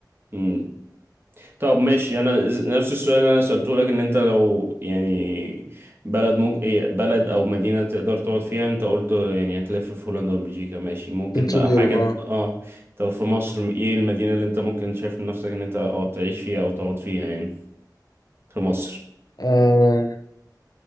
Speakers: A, on the right; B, on the left.
A: يعني طب ماشي انا ز- نفس السؤال اللي انا سألته لك ان انت لو يعني بلد ممكن إيه بلد او مدينة تقدر تقعد فيها انت قلت يعني هتلف في هولندا وبلجيكا ماشي ممكن
B: سنترال
A: بقى
B: يوروب
A: حاجة
B: أه
A: اه طب في مصر ايه المدينة اللي انت ممكن شايف من نفسك ان انت اه تعيش فيها او تقعد فيها يعني في مصر
B: آه،